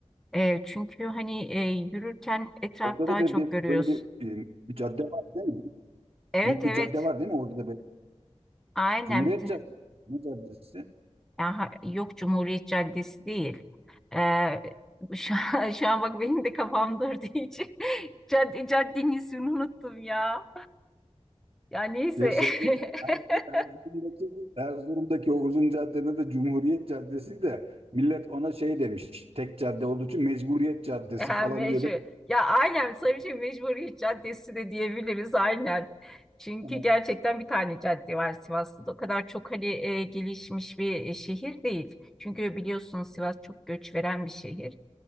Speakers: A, in the centre; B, on the right.
A: e, çünkü hani e, yürürken etraf
B: Orada
A: daha
B: da böyle
A: çok
B: bir,
A: görüyorsun.
B: böyle bir, e, bir cadde var değil mi?
A: Evet
B: Büyük
A: evet
B: bir cadde var değil mi? Orada da böyle
A: aynen
B: Cumhuriyet
A: bir
B: Caddesi. Ne caddesi?
A: Yani ha- yok Cumhuriyet Caddesi değil. Ee, şu an, <laughs> şu an bak benim de kafam durduğu için <laughs> cadde, caddenin ismini unuttum ya. Ya neyse.
B: Ve şeydeki
A: <laughs>
B: Erzurum, Erzurum'daki, Erzurum'daki o uzun caddede de Cumhuriyet Caddesi de millet ona şey demiş. Tek cadde olduğu için Mecburiyet Caddesi
A: Ha,
B: falan
A: mecbur.
B: diye bir...
A: Ya aynen tabii ki Mecburiyet Caddesi de diyebiliriz aynen. Çünkü
B: <laughs>
A: gerçekten bir tane cadde var Sivas'ta da. O kadar çok hani e, gelişmiş bir e, şehir değil. Çünkü biliyorsunuz Sivas çok göç veren bir şehir.